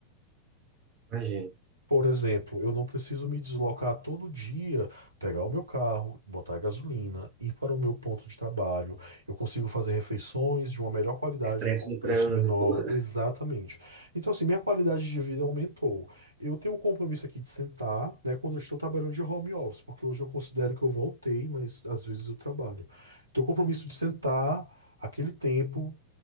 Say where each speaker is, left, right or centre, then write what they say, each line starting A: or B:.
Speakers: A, on the right; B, on the right.
A: Imagino.
B: Por exemplo, eu não preciso me deslocar todo dia, pegar o meu carro, botar gasolina, ir para o meu ponto de trabalho. Eu consigo fazer refeições de uma melhor qualidade
A: Estresse
B: com
A: no
B: preço
A: trânsito.
B: menor,
A: <laughs>
B: exatamente. Então, assim, minha qualidade de vida aumentou. Eu tenho um compromisso aqui de sentar, né, quando eu estou trabalhando de home office, porque hoje eu considero que eu voltei, mas às vezes eu trabalho. Tenho o compromisso de sentar aquele tempo